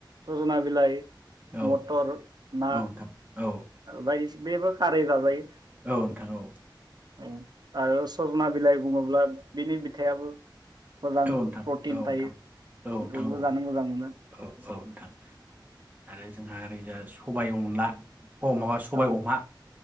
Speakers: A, on the right (about 60°); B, on the right (about 20°).
A: सजना बिलाइ
B: औ
A: मटर ना
B: औ नोंथां औ
A: बायदिस बेब खारै जाजायो।
B: नोंथां औ
A: उम आरो सजना बिलाइ बुङोब्ला बिनि बिथाइयाबो मोजां
B: औ नोंथां
A: प्रटिन
B: औ नोंथां
A: थायो
B: औ नोंथां
A: बेखौबो
B: औ
A: जानो मोजां मोनो।
B: औ औ नोंथां आरो जोंहा ओरैजा सबाइ अनला अ माबा सबाइ
A: औ
B: अमा